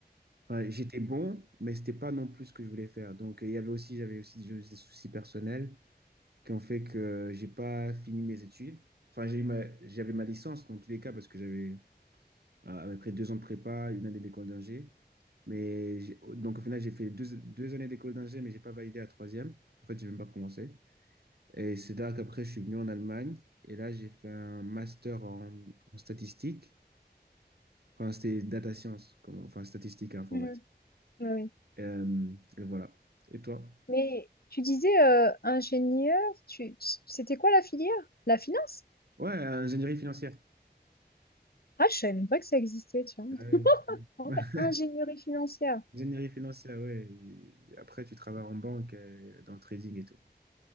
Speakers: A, on the right; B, on the left.
A: Enfin, j'étais bon, mais c'était pas non plus ce que je voulais faire. Donc, il y avait aussi, j'avais aussi des des soucis personnels qui ont fait que j'ai pas fini mes études. Enfin, j'ai eu ma- j'avais ma licence dans tous les cas parce que j'avais euh, après deux ans de prépa, une année d'école d'ingé. Mais j'ai- donc au final, j'ai fait deux, deux années d'école d'ingé, mais j'ai pas validé la troisième. En fait, j'ai même pas commencé. Et c'est là qu'après, je suis venu en Allemagne. Et là, j'ai fait un master en, en statistique. Enfin, c'était data science, comme- enfin, statistique et informatique.
B: Mhm. Ouais, ouais.
A: Euh, et voilà. Et toi?
B: Mais tu disais euh, ingénieur, tu... c'était quoi la filière? La finance?
A: Ouais, ingénierie financière.
B: Ah, je savais même pas que ça existait, tu vois.
A: Ouais.
B: En
A: <laughs>
B: fait, ingénierie financière.
A: Ingénierie financière, ouais. Et Après, tu travailles en banque, euh, dans le trading et tout.